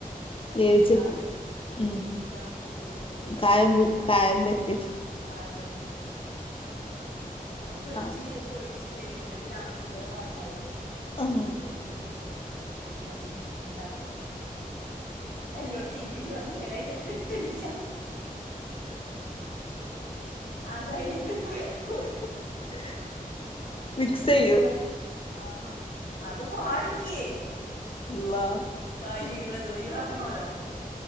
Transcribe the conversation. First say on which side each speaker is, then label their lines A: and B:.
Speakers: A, on the left; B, on the left.
A: അതില്
B: വേവിച്ചെക്കും
A: പിടിക്കാൻ വേണ്ടി ആഹ
B: ഉം
A: പിടിക്കാൻ വേണ്ടി പൊരിച്ച് വേവിച്ചേക്കും
B: കായം കായം
A: ആ
B: വരട്ടിയെക്കും
A: ആഹ് കായംമ്പരട്ടി വക്കും അത് പൊരിച്ച്
B: ആ
A: പൊരിച്ചിട്ട് പിന്നെ ഇത് ലാസ്റ്റ് ഇതോടെ വാടിണ്ടാവല്ലോ
B: ഉം
A: ഇതയ്ക്ക് ഉ ഉണ്ടാക്കും എല്ലോട്ത്തും ഇംഗ്ലീഷ് പറഞ്ഞ് ചേലായിട്ട് കിട്ടുണില്ല അതായിലിട്ട്കൊഴക്കും
B: <unintelligible> മിക്സെയ്യും
A: എന്നിട്ട്ന്താ ആഹ് അത് വാട്ല്ല്യേ
B: അള്ളാഹ്
A: കഴിവതും ഒഴിവക്കണോല്ലോ